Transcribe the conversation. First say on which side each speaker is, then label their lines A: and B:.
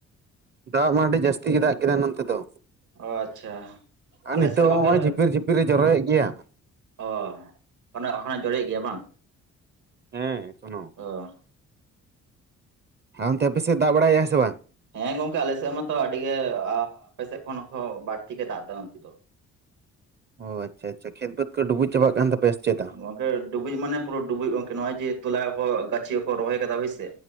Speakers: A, on the right; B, on the right.
A: ᱫᱟᱜ ᱢᱟ ᱟᱹᱰᱤ ᱡᱟᱹᱥᱛᱤ ᱜᱮ ᱫᱟᱜ ᱠᱮᱫᱟ ᱱᱚᱱ ᱛᱮ ᱫᱚ,
B: ᱚ ᱟᱪᱪᱷᱟ
A: ᱟᱨ
B: ᱟᱞᱮ
A: ᱱᱤᱛᱚᱜ
B: ᱥᱮᱫ
A: ᱦᱚᱸ
B: ᱜᱚᱝᱠᱮ
A: ᱱᱚᱜᱼᱚᱭ ᱡᱷᱤᱯᱤᱨ ᱡᱷᱤᱯᱤᱨ ᱮ ᱡᱚᱨᱚᱭᱮᱫ ᱜᱮᱭᱟ᱾
B: ᱚ ᱚᱱᱮ ᱮᱠᱷᱱᱟᱜ ᱡᱟᱲᱤᱭᱮᱫ ᱜᱮᱭᱟ ᱵᱟᱝ?
A: ᱦᱮᱸ ᱮᱠᱷᱚᱱᱚ
B: <unintelligible>
A: ᱦᱮᱸ ᱚᱱᱛᱮ ᱟᱯᱮ ᱥᱮᱫ ᱫᱟᱜ ᱵᱟᱲᱟᱭᱮᱫᱼᱟ ᱥᱮ ᱵᱟᱝ?
B: ᱦᱮᱸ ᱜᱚᱝᱠᱮ ᱟᱞᱮ ᱥᱮᱫ ᱢᱟᱛᱚ ᱟᱹᱰᱤ ᱜᱮ ᱟᱯᱮ ᱥᱮᱫ ᱠᱷᱚᱱ ᱦᱚᱸ ᱵᱟᱹᱲᱛᱤ ᱜᱮ ᱫᱟᱜ ᱫᱟ ᱱᱚᱛᱮ ᱫᱚ᱾
A: ᱚ ᱟᱪᱷᱟ ᱟᱪᱪᱷᱟ ᱠᱷᱮᱛ ᱵᱟᱹᱛ ᱠᱚ ᱰᱩᱵᱩᱡ ᱪᱟᱵᱟᱜ ᱠᱟᱱ ᱛᱟᱯᱮ ᱥᱮ ᱪᱮᱛᱟ?
B: ᱜᱚᱝᱠᱮ ᱰᱩᱵᱩᱡ ᱢᱟᱱᱮ ᱯᱩᱨᱟᱹ ᱰᱩᱵᱩᱡ ᱜᱚᱝᱠᱮ ᱱᱚᱜᱚᱭ ᱡᱮ ᱛᱚᱞᱟ ᱠᱚ ᱜᱟᱪᱷᱤ ᱠᱚ ᱨᱚᱦᱚᱭ ᱟᱠᱟᱫᱟ ᱦᱳᱭ ᱥᱮ,